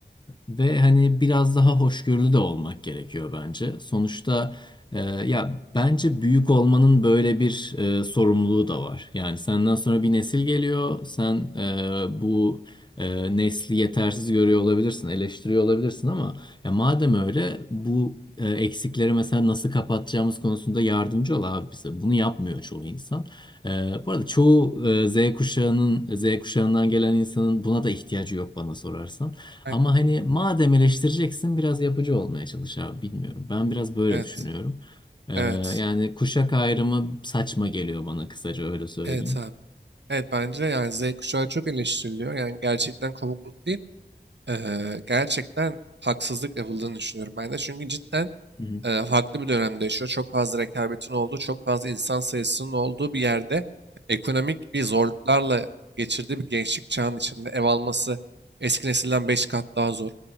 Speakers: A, on the left; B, on the right.
A: ve hani biraz daha hoşgörülü de olmak gerekiyor bence. Sonuçta e, ya bence büyük olmanın böyle bir e, sorumluluğu da var. Yani senden sonra bir nesil geliyor. Sen e, bu e, nesli yetersiz görüyor olabilirsin, eleştiriyor olabilirsin ama ya madem öyle bu e, eksikleri mesela nasıl kapatacağımız konusunda yardımcı ol abi bize. Bunu yapmıyor çoğu insan. E, bu arada çoğu e, Z kuşağının Z kuşağından gelen insanın buna da ihtiyacı yok bana sorarsan.
B: Aynen.
A: Ama hani madem eleştireceksin biraz yapıcı olmaya çalış abi bilmiyorum. Ben biraz böyle
B: Evet.
A: düşünüyorum. E,
B: Evet.
A: yani kuşak ayrımı saçma geliyor bana kısaca öyle söyleyeyim.
B: Evet abi. Evet bence de yani Z kuşağı çok eleştiriliyor. Yani gerçekten kopukluk değil. Eee, gerçekten haksızlık yapıldığını düşünüyorum ben de. Çünkü cidden
A: Hı hı.
B: eee, farklı bir dönemde yaşıyor. Çok fazla rekabetin olduğu, çok fazla insan sayısının olduğu bir yerde ekonomik bir zorluklarla geçirdiği bir gençlik çağının içinde ev alması eski nesilden 5 kat daha zor.